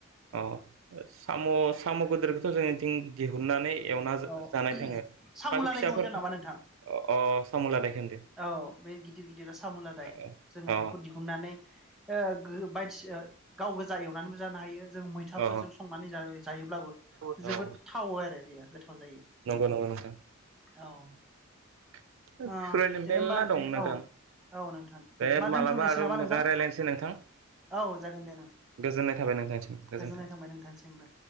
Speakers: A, in the centre; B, on the right.
A: औ
B: अ साम' साम' गोद दोरखौथ' जोंनिथिं दिहुननानै एवना जानाय
A: औ
B: थाङो
A: साम'
B: बाखि
A: लादायखौ
B: फिसाफोरख
A: होनदों नामा नोंथां
B: अ साम' लादायखो
A: औ बे गिदिर गिदिरा सामुलादाय
B: अ
A: जोङो
B: अ
A: बेखौ दिहुननानै ओ बायदिसो गाव गोजो एवनानैबो जानो हायो। जों मैथाफोरजों
B: अ
A: संनानै जायो जायोब्लाबो
B: अ
A: जोबोद थावो आरो बेयो गोथाव जायो
B: नंगौ नंगौ नोंथां
A: औ
B: <unintelligible>
A: ओ दे होमबा
B: नोंथां
A: औ औ नोंथां होमबा
B: दे मालाबा
A: दोन्थ'नोस
B: आरो
A: नाबा
B: मोजां
A: नोंथां
B: रायज्लायनोसै नोंथां
A: औ जागोन दे नोंथां
B: गोजोननाय
A: दे
B: थाबाय नोंथांसिम गोजोन्थों
A: गोजोननाय थांबाय नोंथांसिमबो।